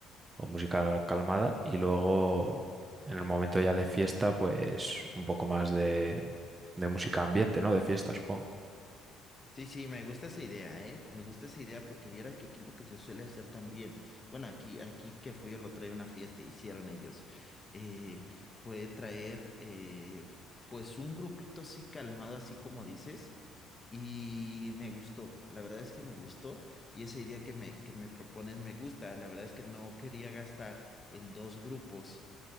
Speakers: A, on the right; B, on the left.
A: o música calmada y luego en el momento ya de fiesta pues un poco más de, de música ambiente, ¿no? De fiesta, supongo.
B: Sí, sí, me gusta esa idea, ¿eh? Me gusta esa idea porque vieras que aquí lo que se suele hacer también. Bueno, aquí, aquí que fui el otro día a una fiesta, hicieron ellos. eh, fue traer, eh, pues, un grupito así calmado, así como dices. Y me gustó, la verdad es que me gustó. Y esa idea que me, que me propones me gusta. La verdad es que no quería gastar en dos grupos